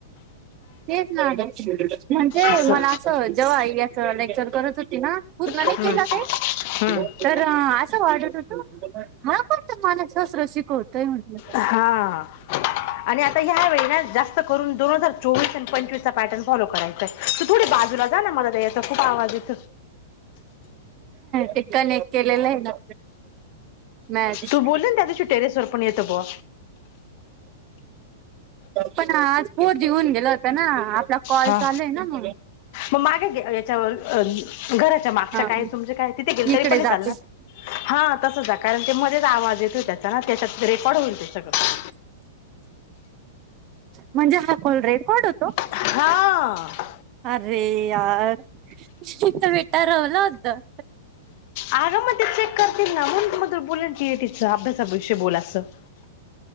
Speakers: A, on the right; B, on the left.
A: तेच ना म्हणते
B: असं
A: मला जेव्हा याच लेक्चर करत होती ना पूर्ण नाही
B: हम्म
A: केलं ते
B: हम्म
A: तर असं वाटत होतू ह मला सस््र शिकवतय म्हण
B: हा आणि आता ह्यावेेळी ना जास्त करून दोन हजार चोवीस आणि पंचवीसचा पॅटर्न फॉलो करायचा आहे तू थोडे बाजूला जा ना मला त्या याचा खूप आवाज येत
A: टिककान एक केलेलं आहे ना मॅच.
B: तू बोलली ना त्या दिशी टेरेस ववर पण येतं ब
A: पण आज पोर जेऊन गेला होत ना ला कॉल
B: हा.
A: चालूय ना म
B: मग मागे याच्यावर घराच्या मागच्या
A: हा
B: काय तुमच्या काय तिथे गेल तरी
A: इकडे
B: पण
A: जाते
B: चालणार हा तसच आहे कारण ते मध्येेच आवाज येतोय त्याचा ना त्याच्यात रेकॉर्ड होईल ते सगळं
A: म्हणजे हा कोोल रे कोड होतो
B: हां
A: अरे यार शता भेट राहला अद्द
B: आग मग ते चेक करतील ना मग मग बोलाची तीच अभ्यासाविषय बोलायचं <inaudible>